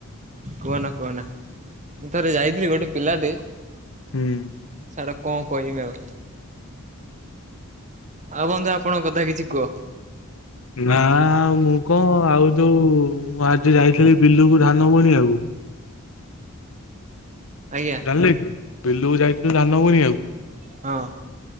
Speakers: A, on the right; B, on the left.
A: କୁହନା କୁହନା ମୁଁ ଥରେ ଯାଇଥିଲି ଗୋଟେ ପିଲାଟେ
B: ହୁଁ।
A: ଛାଡା କଣ କହିମି ଆଉ ଆଉ ବନ୍ଧୁ ଆପଣଙ୍କ କଥା କିଛି କୁହ?
B: ନା ଆଉ ମୁଁ କଣ ଆଉ ଯୋଉ ମୁଁ ଆଜି ଯାଇଥିଲି ବିଲୁକୁ ଧାନ ବୁଣିବାକୁ
A: ଆଜ୍ଞା।
B: <inaudible> ବିଲୁକୁ ଯାଇଥିଲୁ ଧାନ ବୁଣିବାକୁ
A: ହଁ।